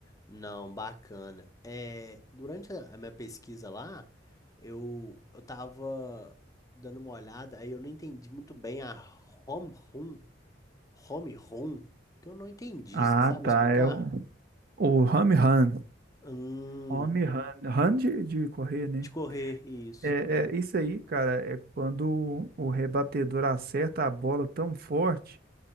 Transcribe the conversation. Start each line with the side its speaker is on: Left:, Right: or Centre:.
Left: Não, bacana. É, durante a a minha pesquisa lá, eu, eu tava dando uma olhada, aí eu não entendi muito bem a home run. Home Run? Que eu não entendi.
Right: Ah,
Left: Você sabe me
Right: tá.
Left: explicar?
Right: É o, o home run.
Left: Hum,
Right: Home run. Run de, de correr, né?
Left: de correr, isso.
Right: É, é, isso aí, cara, é quando o rebatedor acerta a bola tão forte.